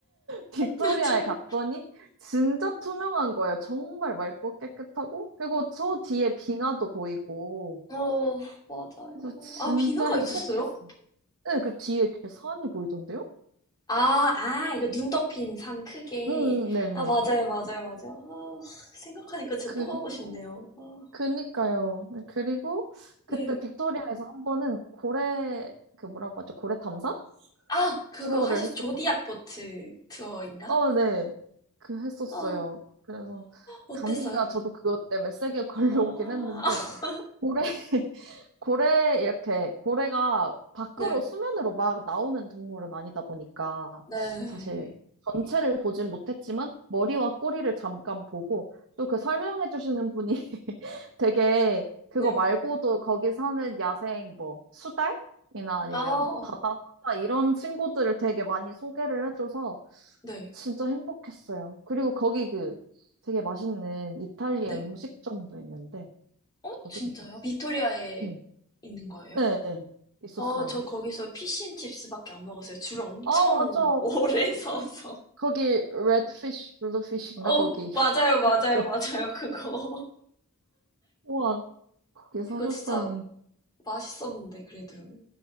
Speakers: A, on the right; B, on the left.
A: 빅토리아에
B: 맞아요.
A: 갔더니 진짜 투명한 거예요. 정말 맑고 깨끗하고 그리고 저 뒤에 빙하도 보이고
B: 어, 맞아요.
A: 그래서 진짜
B: 아, 빙하가
A: 행복했어요.
B: 있었어요?
A: 네, 그 뒤에 이렇게 산이 보이던데요?
B: 아, 아, 이거 눈 덮인 산 크게.
A: 응, 응, 네네.
B: 아, 맞아요, 맞아요, 맞아요. 아, 생각하니까 진짜
A: 그리고
B: 또 가고 싶네요. 아,
A: 그니까요. 네, 그리고 그때
B: 네.
A: 빅토리아에서 한 번은 고래 그 뭐라고 하죠? 고래 탐사
B: 아, 그거
A: 투어를
B: 하셨,
A: 했었고,
B: 조디악 보트 투어인가?
A: 어, 네, 그 했었어요.
B: 아,
A: 그래서
B: 어땠어요?
A: 감기가 저도 그것 때문에 세게
B: 아.
A: <laughs> 걸려오긴 했는데
B: <laughs>
A: 고래 <laughs> 고래, 이렇게, 고래가 밖으로
B: 네.
A: 수면으로 막 나오는 동물은 아니다 보니까,
B: 네.
A: 사실 전체를 보진 못했지만, 머리와 꼬리를 잠깐 보고, 또 그 설명해 주시는 분이 <laughs> 되게, 그거
B: 네.
A: 말고도 거기 사는 야생 뭐, 수달이나 아니면
B: 아.
A: 바다, 사자 이런 친구들을 되게 많이 소개를 해줘서,
B: 네.
A: 진짜 행복했어요. 그리고 거기 그 되게 맛있는 이탈리아
B: 네.
A: 음식점도 있는데,
B: 어?
A: 거기도
B: 진짜요?
A: 좋았어요.
B: 빅토리아에
A: 네.
B: 있는 거예요?
A: 네, 있었어요.
B: 어, 저 거기서 피시앤칩스밖에 안 먹었어요. 줄 엄청
A: 아, 맞아.
B: <laughs> 오래 서서.
A: 거기 레드피쉬, 블루피쉬인가
B: 어,
A: 거기.
B: 맞아요, 맞아요,
A: <laughs> 저-
B: 맞아요. 그거.
A: 우와, 거기
B: <laughs>
A: 사셨다니.
B: 그거 진짜 맛있었는데, 그래도.